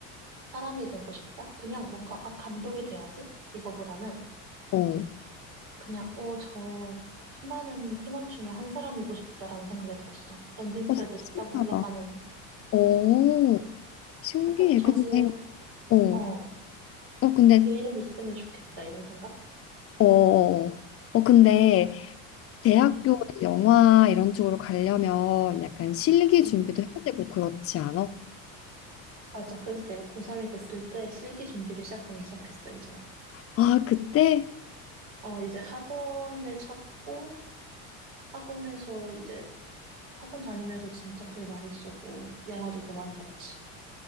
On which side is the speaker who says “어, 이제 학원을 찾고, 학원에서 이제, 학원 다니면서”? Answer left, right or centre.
Right